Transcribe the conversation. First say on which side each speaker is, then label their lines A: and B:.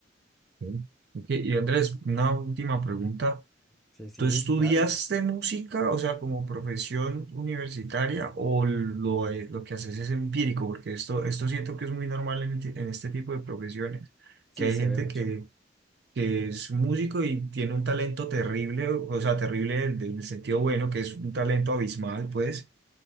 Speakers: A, on the right (about 60°); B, in the centre.
A: Ok, Ok, y Andrés, una última pregunta.
B: Sí, sí,
A: ¿Tú estudiaste
B: claro.
A: música, o sea, como profesión universitaria, o lo, eh, lo que haces es empírico? Porque esto, esto siento que es muy normal en, ti- en este tipo de profesiones, que
B: Sí,
A: hay
B: se
A: gente
B: ve mucho.
A: que, que es músico y tiene un talento terrible, o sea, terrible en el sentido bueno, que es un talento abismal, pues,